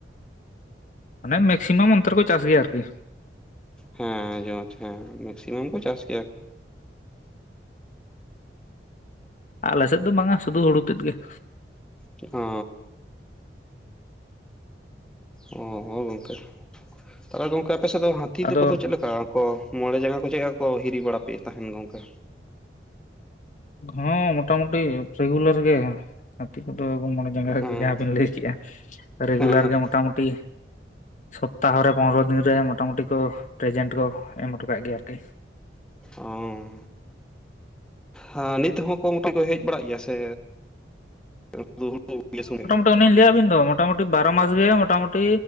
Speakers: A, on the left; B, in the centre.
A: ᱢᱟᱱᱮ ᱢᱮᱠᱥᱤᱢᱟᱢ ᱚᱱᱛᱮᱨᱮ ᱠᱚ ᱪᱟᱥ ᱜᱮᱭᱟ ᱟᱨᱠᱤ ᱾
B: ᱦᱮᱸ ᱡᱚᱢ ᱦᱮᱸ ᱢᱮᱠᱥᱤᱢᱟᱢ ᱠᱚ ᱪᱟᱥ ᱜᱮᱭᱟ ᱾
A: ᱟᱞᱮ ᱥᱮᱫ ᱫᱚ ᱵᱟᱝᱼᱟ ᱥᱩᱫᱷᱩ ᱦᱩᱲᱩ ᱛᱮᱫ ᱜᱮ ᱾
B: ᱚᱸ ᱾ ᱚᱸ ᱜᱚᱝᱠᱮ, ᱛᱟᱦᱚᱞᱮ ᱜᱚᱝᱠᱮ ᱟᱯᱮᱥᱮᱫ ᱫᱚ ᱦᱟᱹᱛᱤ
A: ᱟᱫᱚ
B: ᱫᱚᱠᱚᱫᱚ ᱪᱮᱫ ᱞᱮᱠᱟ ᱠᱚ ᱢᱚᱬᱮ ᱡᱟᱸᱜᱟ ᱠᱚ ᱪᱮᱫ ᱞᱮᱠᱟ ᱠᱚ ᱦᱤᱨᱤ ᱵᱟᱲᱟᱯᱮ ᱛᱟᱦᱮᱱ ᱜᱚᱝᱠᱮ?
A: ᱦᱚᱸ ᱢᱚᱴᱟᱢᱩᱴᱤ ᱨᱮᱜᱩᱞᱟᱨ ᱜᱮ ᱾ ᱦᱟᱛᱤ ᱠᱚᱫᱚ ᱢᱚᱬᱮ ᱡᱟᱸᱜᱟ
B: ᱚᱸ
A: ᱡᱟᱦᱟᱸ ᱵᱤᱱ ᱞᱟᱹᱭ ᱠᱮᱜᱼᱟ, ᱨᱮᱜᱩᱞᱟᱨ
B: ᱦᱮᱸ
A: ᱜᱮ ᱢᱳᱚᱴᱟᱢᱩᱴᱤ ᱥᱚᱯᱛᱟᱦᱚ ᱨᱮ ᱯᱚᱱᱨᱚ ᱫᱤᱱ ᱨᱮ ᱢᱚᱴᱟᱟᱢᱴᱤ ᱠᱚ ᱯᱨᱮᱡᱮᱱᱴ ᱠᱚ ᱮᱢ ᱦᱚᱴᱚ ᱠᱟᱜ ᱜᱮᱭᱟ ᱟᱨᱠᱤ ᱾
B: ᱚᱸ ᱦᱟᱸ ᱱᱤᱛ ᱦᱚᱸ ᱠᱚ ᱢᱚᱴᱮ ᱠᱚ ᱦᱮᱡ ᱵᱟᱲᱟᱜ ᱜᱮᱭᱟ ᱥᱮ? <unintelligible> ᱥᱚᱸᱝᱜᱮ ᱾
A: ᱩᱱᱤᱧ ᱞᱟᱹᱭᱟᱵᱤᱱ ᱫᱚ ᱢᱚᱴᱟᱢᱩᱴᱤ ᱵᱟᱨᱚ ᱢᱟᱥ ᱜᱮ ᱢᱚᱴᱟᱢᱩᱴᱤ